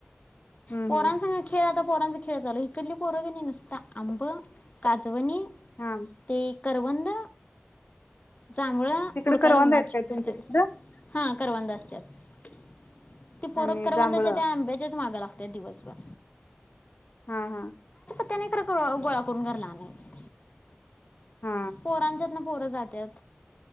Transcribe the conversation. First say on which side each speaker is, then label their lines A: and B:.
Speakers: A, on the left (about 55°); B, on the left (about 35°).
A: हम्म
B: पोरांसग
A: हम्म
B: खेळ आता पोरांचा खेळ चालू‌ हाय, इकडली पोरं क नाही नुसता आंब, काजवणी.
A: हा.
B: ते करवंद जांभळ
A: तिकडे
B: हुडकायला
A: करवंद
B: उन्हाची
A: आहेत काय
B: पडत्यात
A: तुमच्या तिकडं
B: हा करवंदा आसलेली त्याच. ती पोर
A: आणि
B: करवंदच्या
A: जांभळ
B: त्या आंब्याच्याच माग. त्या दिवसभर
A: हा हा
B: त्याने तर ग गोळा करून घरला आणायच.
A: हा
B: पोरांच्यातन पोरं जात्यात.